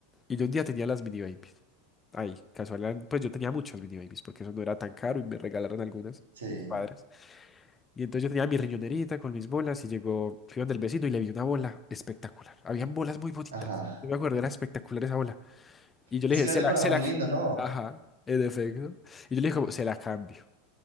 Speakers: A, on the left; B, on the right.
A: y yo un día tenía las mini babies. Ay, casual, eran- pues yo tenía muchas mini babies porque eso no era tan caro y me regalaron algunas
B: sí,
A: mis padres. Y entonces yo tenía mi riñonerita con mis bolas y llegó, fui donde el vecino y le vi una bola espectacular. Habían bolas muy bonitas.
B: ajá,
A: Yo me acuerdo, era espectacular esa bola. Y yo le
B: es
A: dije,
B: que
A: se
B: las decoraba
A: la, se
B: muy
A: la,
B: lindo, ¿no?
A: ajá, en efecto. Y yo le dije, como, se la cambio.